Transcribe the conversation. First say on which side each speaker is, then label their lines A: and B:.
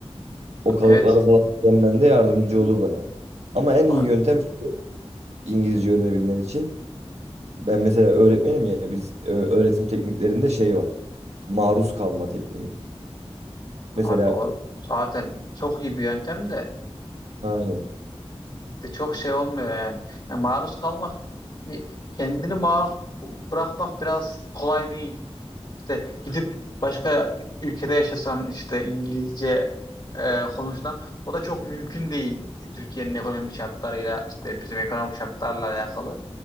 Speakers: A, on the right; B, on the left.
A: O kalıpları
B: Evet
A: falan öğrenmen de yardımcı olur bayağı. Ama en
B: abi,
A: iyi yöntem şu İngilizce öğrenebilmen için. Ben mesela öğretmenim ya biz e, öğretim tekniklerinde şey var. Maruz kalma tekniği.
B: abi
A: Mesela
B: o zaten çok iyi bir yöntem de
A: aynen.
B: de çok şey olmuyor yani. Yani maruz kalmak hani kendini maruz b- bırakmak biraz kolay değil. İşte gidip başka ülkede yaşasan işte İngilizce e, konuşulan o da çok mümkün değil Türkiye'nin ekonomik şartlarıyla işte bizim ekonomik şartlarla alakalı.